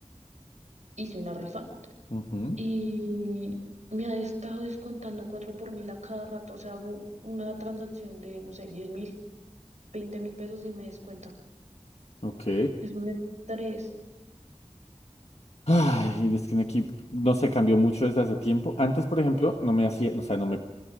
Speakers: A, on the right (about 85°); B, on the left (about 65°).
A: hice una rifa.
B: ujú,
A: Y me ha estado descontando cuatro por mil a cada rato. O sea, hago una transacción de, no sé, diez mil, veinte mil pesos y me descuenta.
B: Ok.
A: Es un estrés,
B: Ay, es que en equipo no se cambió mucho desde hace tiempo. Antes, por ejemplo, no me hacía, o sea, no me